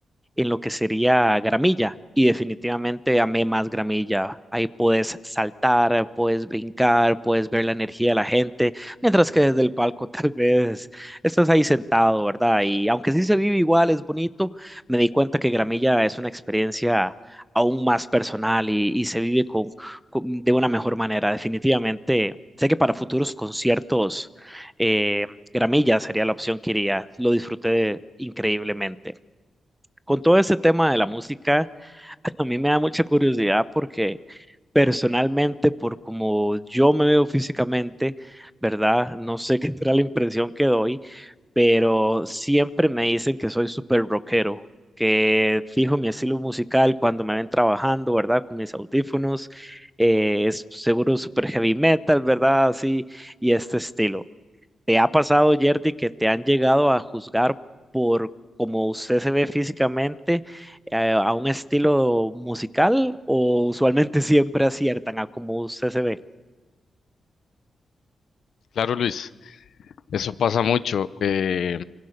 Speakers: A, in the centre; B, on the left.
A: en lo que sería gramilla y definitivamente amé más gramilla. Ahí puedes saltar, puedes brincar, puedes ver la energía de la gente, mientras que desde el palco <laughs> tal vez estás ahí sentado, ¿verdad? Y aunque sí se vive igual, es bonito, me di cuenta que gramilla es una experiencia aún más personal y, y se vive con, con- de una mejor manera. Definitivamente, sé que para futuros conciertos, eh, gramilla sería la opción que iría. Lo disfruté increíblemente con todo ese tema de la música, <laughs> a mí me da mucha curiosidad porque personalmente, por como yo me veo físicamente, ¿verdad? No sé qué será la impresión que doy, pero siempre me dicen que soy súper rockero, que fijo mi estilo musical cuando me ven trabajando, ¿verdad? Con mis audífonos, eh, es seguro súper heavy metal, ¿verdad? Así, y este estilo. ¿Te ha pasado, Yerdy, que te han llegado a juzgar por cómo usted se ve físicamente eh, a un estilo musical o usualmente <laughs> siempre aciertan a cómo usted se ve?
B: Claro, Luis, eso pasa mucho. eh,